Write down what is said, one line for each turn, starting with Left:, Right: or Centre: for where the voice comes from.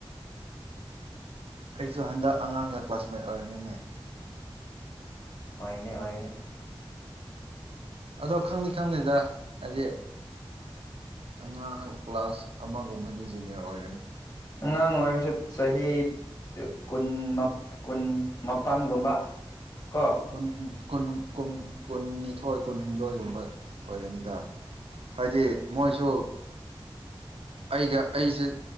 Right: ꯑꯩꯁꯨ ꯍꯟꯗꯛ ꯑꯉꯥꯡꯒ ꯀ꯭ꯂꯥꯁꯃꯦꯠ ꯑꯣꯏꯔꯅꯤꯅꯦ
Left: ꯑꯣꯏꯅꯦ ꯑꯣꯏꯅꯦ
Right: ꯑꯗꯣ ꯈꯪꯗꯤ ꯈꯪꯅꯤꯗ ꯍꯥꯏꯗꯤ ꯑꯉꯥꯡ ꯍꯥꯏꯕ ꯀ꯭ꯂꯥꯁ ꯑꯃꯒꯨꯝꯕꯗꯤ ꯖꯨꯅꯤꯌꯔ ꯑꯣꯏꯒꯅꯤ
Left: ꯑꯉꯥꯡ ꯑꯣꯏꯔꯁꯨ ꯆꯍꯤ ꯀꯨꯟ ꯃꯞ꫰ꯀꯨꯟ ꯃꯄꯟꯒꯨꯝꯕ ꯀꯣ
Right: ꯀꯨꯟ ꯀꯨꯟ ꯀꯨꯟꯀꯨꯟꯅꯤꯊꯣꯏ ꯀꯨꯟꯍꯨꯝꯗꯣꯏꯒꯨꯝꯕ ꯑꯣꯏꯒꯅꯤꯗ ꯍꯥꯏꯗꯤ ꯃꯣꯏꯁꯨ ꯑꯩꯒ ꯑꯩꯁꯦ